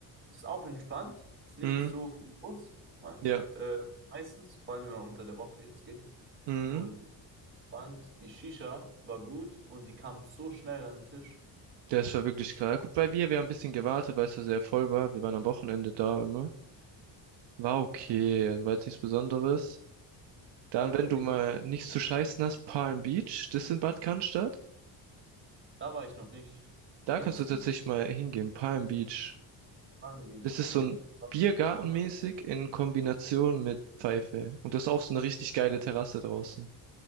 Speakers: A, on the right; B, on the right.
A: ist auch entspannt, ist nicht
B: Mhm,
A: so viel los, me-
B: ja,
A: äh, meistens, vor allem wenn man unter der Woche jetzt geht.
B: mhm.
A: Und ich fand, die Shisha war gut und die kam so schnell an den Tisch.
B: Der ist war wirklich krass. Ja, Gut, bei wir, wir haben ein bisschen gewartet, weil es ja sehr voll war. Wir waren am Wochenende da immer. War okay,
A: Ja.
B: also war jetzt nichts Besonderes. Dann,
A: Ich habe mal
B: wenn
A: mit
B: du
A: denen
B: mal nichts zu scheißen hast, Palm Beach, das ist in Bad Cannstatt.
A: Da war ich noch nicht.
B: Da
A: Wie
B: kannst
A: heißt
B: du tatsächlich
A: sie?
B: mal hingehen, Palm Beach.
A: Palm Beach.
B: Das ist
A: Und
B: so ein
A: was
B: Biergartenmäßig
A: Besonderes?
B: in Kombination mit Pfeife. Und das ist auch so eine richtig geile Terrasse draußen.